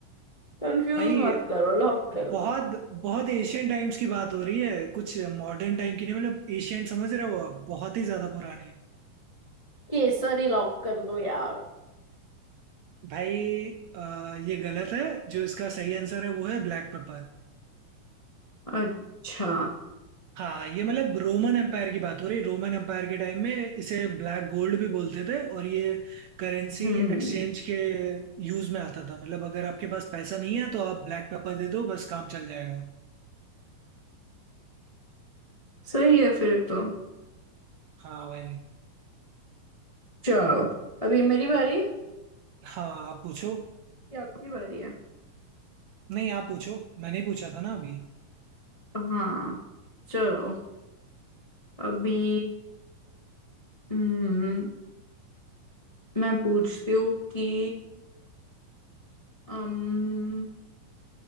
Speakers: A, on the left; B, on the right.
A: कंफ्यूज
B: भाई
A: मत करो लॉक कर
B: बहुत
A: दो
B: बहुत एशियन टाइम्स की बात हो रही है कुछ मॉडर्न टाइम की नहीं मतलब एशियन समझ रहे हो आप बहुत ही ज्यादा पुरानी
A: केसर ही लॉक कर दो यार
B: भाई अ, ये गलत है जो इसका सही आंसर है वो है ब्लैक पेपर
A: अच्छा
B: हाँ ये मतलब रोमन एम्पायर की बात हो रही है रोमन एम्पायर के टाइम में इसे ब्लैक गोल्ड भी बोलते थे और ये करेंसी
A: हम्म
B: एक्सचेंज के यूज में आता था मतलब अगर आपके पास पैसा नहीं है तो आप ब्लैक पेपर दे दो बस काम चल जाएगा
A: सही है फिर तो
B: हाँ भाई
A: चलो अभी मेरी बारी कि
B: हाँ आप पूछो
A: आपकी बारी है
B: नहीं आप पूछो मैंने ही पूछा था ना अभी
A: हाँ चलो अभी हम्म मैं पूछती हूँ कि अम